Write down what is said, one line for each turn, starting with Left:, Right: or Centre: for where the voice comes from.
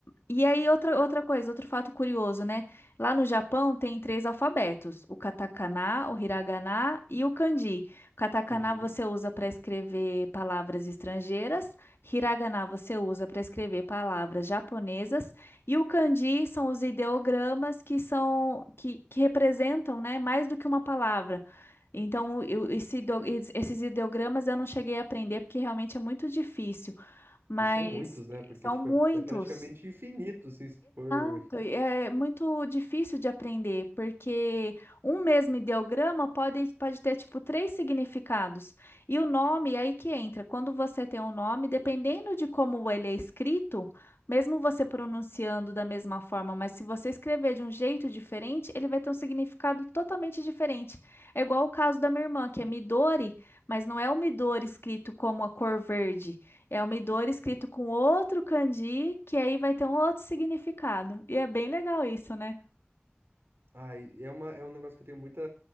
Left: e aí, outra, outra coisa, outro fato curioso, né? Lá no Japão tem três alfabetos: o katakana, o hiragana e o kanji. O katakana
Right: uhum.
Left: você usa para escrever palavras estrangeiras, hiragana você usa para escrever palavras japonesas, e o kanji são os ideogramas que são que, que representam, né, mais do que uma palavra. Então, eu- esse ideo- es- esses ideogramas eu não cheguei a aprender porque realmente é muito difícil, mas
Right: E são muitos, né? Porque,
Left: são
Right: tipo,
Left: muitos.
Right: é, é praticamente infinito, assim, se tu for
Left: Muito, e é muito difícil de aprender, porque um mesmo ideograma pode, pode ter, tipo, três significados. E o nome, é aí que entra. Quando você tem um nome, dependendo de como ele é escrito, mesmo você pronunciando da mesma forma, mas se você escrever de um jeito diferente, ele vai ter um significado totalmente diferente. É igual o caso da minha irmã, que é Midori, mas não é o Midori escrito como a cor verde. É um Midori escrito com outro kanji, que aí vai ter um outro significado. E é bem legal isso, né?
Right: Ai, é uma, é um negócio que eu tenho muita,